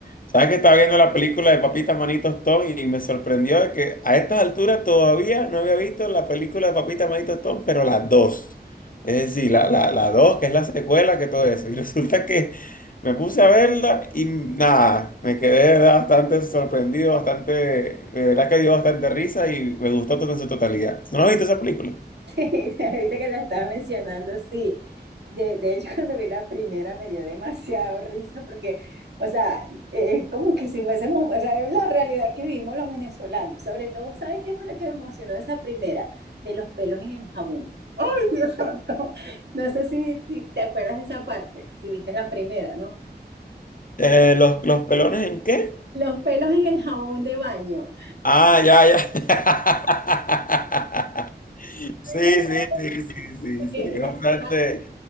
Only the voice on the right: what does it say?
Sí, <laughs> ahorita que la estás mencionando, sí. De, de hecho, <laughs> cuando vi la primera me dio demasiado risa porque, o sea, eh, como que si fuésemos, o sea, es la realidad que vivimos los venezolanos. Sobre todo, ¿sabes qué fue lo que me emocionó de esa primera? De los pelos en el jabón. <laughs> ¡Ay, Dios santo! No sé si, si te acuerdas de esa parte, si viste la primera, ¿no?
Los pelos en el jabón de baño. A
mí me encanta
porque
ella se va